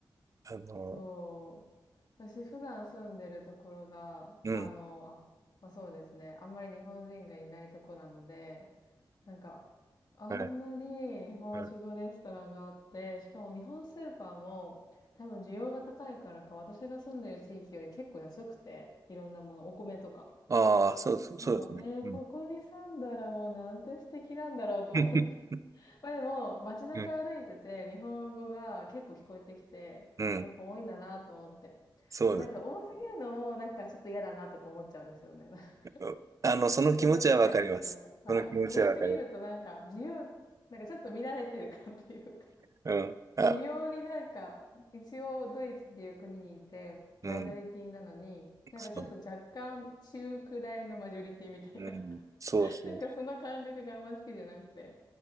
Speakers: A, on the right; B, on the left.
A: あの、
B: そう。私普段住んでるところが、
A: うん。
B: あの、あ、まあそうですね。あんまり日本人がいないとこなので、なんか、あんなに日本食レストランがあって、
A: はい。はい。
B: しかも日本スーパーも多分需要が高いからか、私が住んでる地域より結構安くて、いろんなもの、お米とか。
A: ああ、そうそうそうですね。
B: なんか、えー、
A: うん。
B: ここに住んだらもうなんて素敵なんだろうと思って。
A: <laughs>
B: まあでも、街中歩いてて、
A: うん。
B: 日本語が結構聞こえてきて、
A: うん。
B: あ、やっぱ多いんだなと思って。
A: そうですね。
B: でもなんか多すぎるのも、なんかちょっと嫌だなとか思っちゃうんですよね。<laughs>
A: うんあの、その気持ちはわかります。
B: めんどくさいですけど。はい。
A: その気持ちはわかります。
B: 多すぎるとなんか自由、なんかちょっと見られてる感というか、
A: うん。あ、
B: 微妙になんか、一応ドイツっていう国にいて、マイノリティなのに、
A: うん。
B: なんかちょっと若干中くらいのマジョリティみたいな。
A: そう。うん。
B: <laughs>
A: そうそう。
B: なんかその感覚があんま好きじゃなくて。